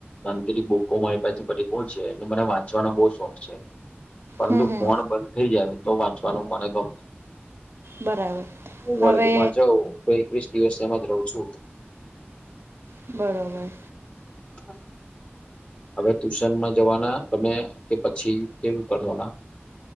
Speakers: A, on the left (about 30°); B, on the right (about 70°).
A: અનેપછી બુકો મારી પાસે બધી બઉ છે, અને મને વાંચવાનો બહુ શોખ છે. પરંતુ
B: હમ હમ
A: ફોન બંધ થઇ જાય તો, વાંચવાનું મને ગમે.
B: બરાબર
A: હું
B: હવે
A: વર્ગમાં જાઉં તો એકવીસ દિવસ એમાં જ રહું છું.
B: બરોબર.
A: <inaudible> હવે ટ્યુશનમાં જવાના તમે કે પછી કેવી કરવાના?